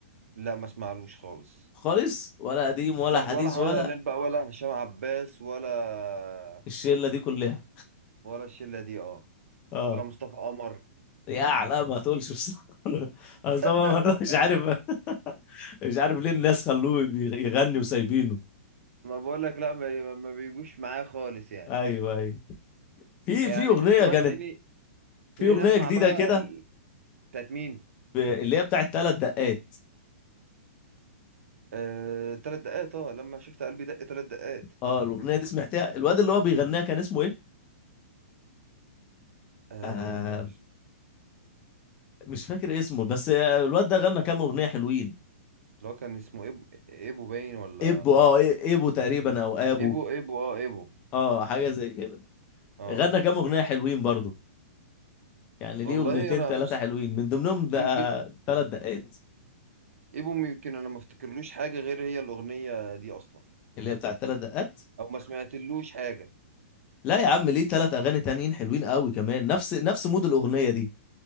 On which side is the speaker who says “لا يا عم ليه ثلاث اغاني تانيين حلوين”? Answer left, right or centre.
Left